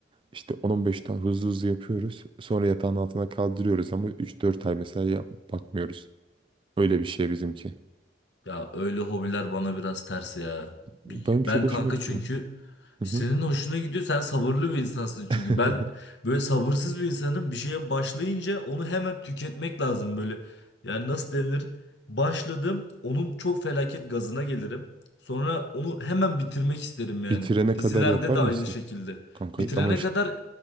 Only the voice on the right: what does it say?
İşte 10-15 tane hızlı hızlı yapıyoruz. Sonra yatağın altına kaldırıyoruz ama 3-4 ay mesela ya- bakmıyoruz. Öyle bir şey bizimki.
Benim
çok
hoşuma
gidiyor.
Hı
hı.
<laughs>
Bitirene
kadar yapar
mısın?
Kanka
ama işte